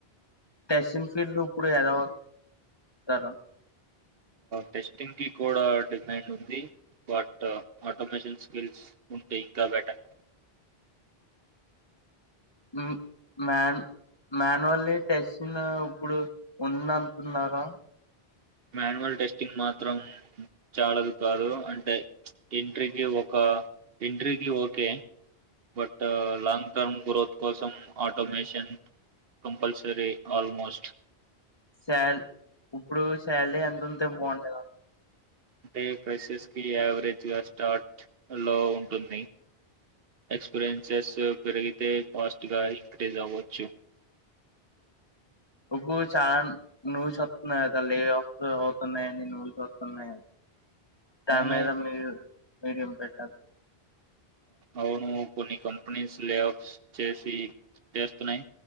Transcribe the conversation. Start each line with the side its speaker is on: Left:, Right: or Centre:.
Left: టెసేన్ సింప్లీ లుక్కుడ్ అరౌండ్ ఇస్తార.
Right: టెస్టింగ్కి కూడా డిమైండ్ ఉంది వాట్ ఆటోమేషన్ స్కిల్స్. ఉంటే ఇంకా బెటర్.
Left: ఆహ్. మాన్ మాన్యువల్లీ టెస్ట్న్ ఇప్పుడు ఉందంటున్నారా.
Right: మాన్యువల్ టెస్టింగ్ మాత్రం చానల్ కాదు అంటే ఎంట్రీకి ఒక. ఆహ్ ఎంట్రికి ఓకే. బట్ లాంగ్టర్మ్ గ్రోత్ కోసం ఆటోమేషన్. Compulsory almost.
Left: శాల్ ఇప్పుడు శాలరీ ఎంతుంటే బాగుండేద.
Right: అంటే ప్రెసెస్కి యావరేజ్గా స్టార్ట్ లో ఉంటుంది. ఎక్స్పీరియన్స్ స్ పెరిగితే ఫాస్ట్ గా ఇంక్రీజవ్వచ్చు.
Left: ఉబూ చా నువ్వుచేప్తున్నాయి తల్లి అవుతున్నాయని నువ్వు <unintelligible> దాని
Right: అవును
Left: మీద మీరు మీరు ఇంప్రెషన్.
Right: అవ్ను కొన్ని కంపెనీస్ లే అఫ్స్ చేసి చేస్తున్నాయి.